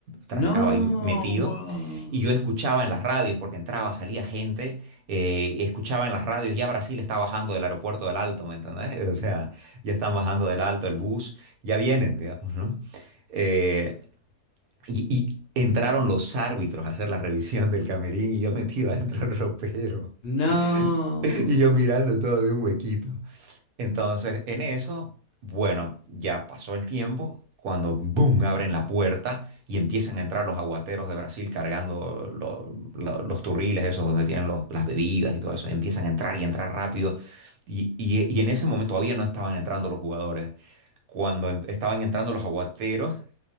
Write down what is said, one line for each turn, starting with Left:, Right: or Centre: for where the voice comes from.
Right: trancado
Left: No,
Right: ahí metido.
Left: wow.
Right: Y yo escuchaba en las radios, porque entraba, salía gente, eh, escuchaba en las radios, ya Brasil está bajando del aeropuerto del Alto, ¿me entendés? <laughs> O sea, ya están bajando del Alto el bus, ya vienen, digamos, ¿no? Eh, y, y entraron los árbitros a hacer la revisión del camerín y yo metido adentro del ropero.
Left: No.
Right: <laughs> Y yo mirando todo de un huequito. Entonces, en eso, bueno, ya pasó el tiempo. Cuando, boom, abren la puerta y empiezan a entrar los aguateros de Brasil cargando lo- lo- los turriles, esos donde tienen los- las bebidas y todo eso. Empiezan a entrar y entrar rápido. Y, y- y en ese momento todavía no estaban entrando los jugadores. Cuando en- estaban entrando los aguateros,